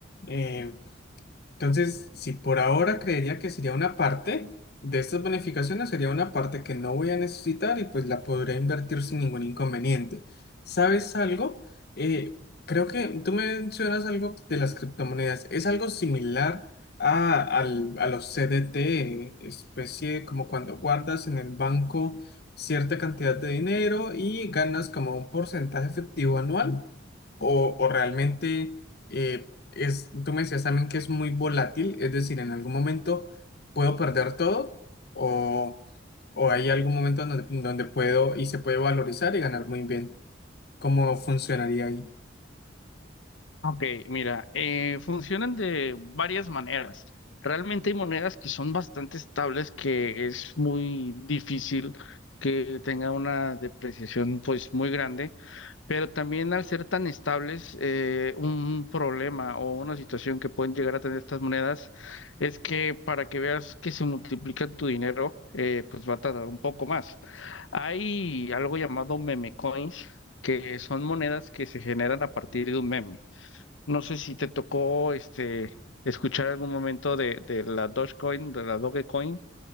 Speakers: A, on the left (about 55°); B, on the left (about 80°).
A: Eh, entonces, si por ahora creería que sería una parte de estas bonificaciones, sería una parte que no voy a necesitar y pues la podría invertir sin ningún inconveniente. ¿Sabes algo? Eh, creo que tú mencionas algo de las criptomonedas. Es algo similar a, al- a los CDT, especie como cuando guardas en el banco cierta cantidad de dinero y ganas como un porcentaje efectivo anual o, o realmente eh, es, tú me decías también que es muy volátil, es decir, en algún momento puedo perder todo o, o hay algún momento donde, donde puedo y se puede valorizar y ganar muy bien. ¿Cómo funcionaría ahí?
B: Ok, mira, eh, funcionan de varias maneras. Realmente hay monedas que son bastante estables, que es muy difícil que tenga una depreciación pues muy grande, pero también al ser tan estables, eh, un problema o una situación que pueden llegar a tener estas monedas es que para que veas que se multiplica tu dinero, eh, pues va a tardar un poco más. Hay algo llamado meme coins, que son monedas que se generan a partir de un meme. No sé si te tocó este escuchar algún momento de, de la Dogecoin, de la Dogecoin,